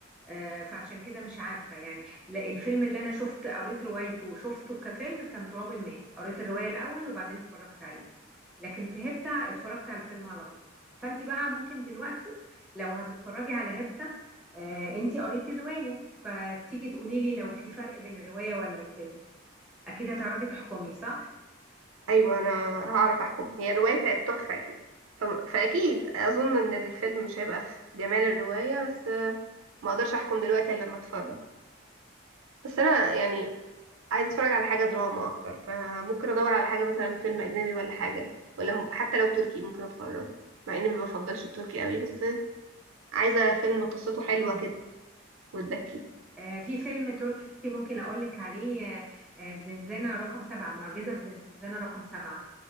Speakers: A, in the centre; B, on the right.
A: آه، فعشان كده مش عارفة يعني لا، الفيلم اللي أنا شفت قريت روايته وشفته كفيلم كان تراب الماس قريت الرواية الأول وبعدين اتفرجت عليه لكن في هيبتا اتفرجت على الفيلم على طول فأنت بقى ممكن دلوقتي لو هتتفرجي على هيبتا آه، أنت قريتي الرواية فتيجي تقولي لي لو في فرق بين الرواية ولا الفيلم أكيد هتعرفي تحكمي صح؟
B: ايوه انا هعرف احكم هي الرواية كانت تحفة يعني ف... فاكيد اظن ان الفيلم مش هيبقى في جمال الرواية بس آه، ما اقدرش احكم دلوقتي الا لما اتفرج بس انا يعني عايزه اتفرج على حاجه دراما اكتر فممكن ادور على حاجه مثلا فيلم اجنبي ولا حاجه ولا م- حتى لو تركي ممكن اتفرج مع اني ما بفضلش التركي قوي بس عايزه فيلم قصته حلوه كده وتبكي
A: آه، في فيلم تركي ممكن أقول لك عليه آه، آه، زنزانة رقم سبعة معجزة في زنزانة رقم سبعة